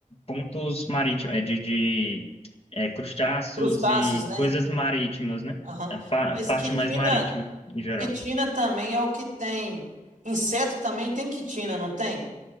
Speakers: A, on the left (about 45°); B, on the right (about 70°).
A: pontos marítimos, é de, de é, crustáceos
B: Crustáceos,
A: e
B: né?
A: coisas marítimas, né?
B: Aham.
A: A pa-
B: Mas
A: parte
B: quitina,
A: mais marítima em geral.
B: quitina também é o que tem. Inseto também tem quitina, não tem?